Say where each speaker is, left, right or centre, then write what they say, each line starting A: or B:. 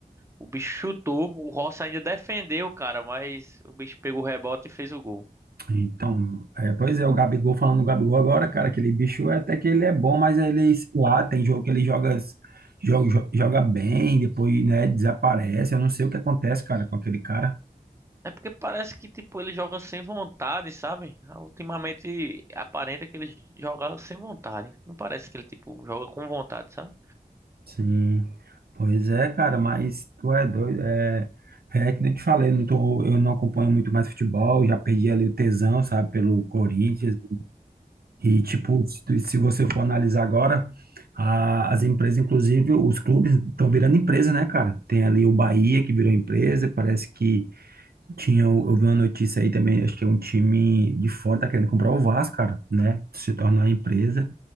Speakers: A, on the right (about 15°); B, on the right (about 75°).
A: O bicho chutou, o Rossi ainda defendeu, cara, mas o bicho pegou o rebote e fez o gol.
B: Então, é, pois é, o Gabigol, falando do Gabigol agora, cara, aquele bicho é- até que ele é bom, mas ele, sei lá, tem jogo que ele joga, joga, jo- joga bem, depois, né, desaparece, eu não sei o que acontece, cara, com aquele cara.
A: É porque parece que, tipo, ele joga sem vontade, sabe? Ultimamente aparenta que ele joga sem vontade. Não parece que ele, tipo, joga com vontade, sabe?
B: Sim, pois é, cara, mas tu é doido, é, é que nem eu te falei, eu não tô, eu não acompanho muito mais futebol, já perdi ali o tesão, sabe, pelo Corinthians, E, tipo, se, tu- se você for analisar agora, a- as empresas, inclusive, os clubes estão virando empresa, né, cara? Tem ali o Bahia que virou empresa, parece que tinha, eu vi uma notícia aí também, acho que é um time de fora, tá querendo comprar o Vasco, cara, né? Se tornar empresa.